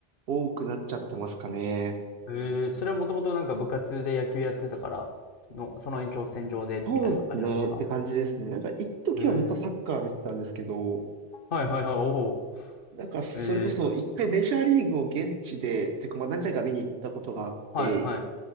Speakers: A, on the right; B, on the left.
A: 多くなっちゃってますかね。
B: えー、それはもともとなんか部活で野球やってたからの、その延長線上でみたいな感じなんですか
A: そうですねって感じですね。なんか一時はずっとサッカー見てたんですけど、
B: えー、はいはいはい、おお。
A: なんか、それこそ、
B: えー、
A: 一回メジャーリーグを現地で、てか、まあ何回か見に行ったことがあって、
B: はいはい。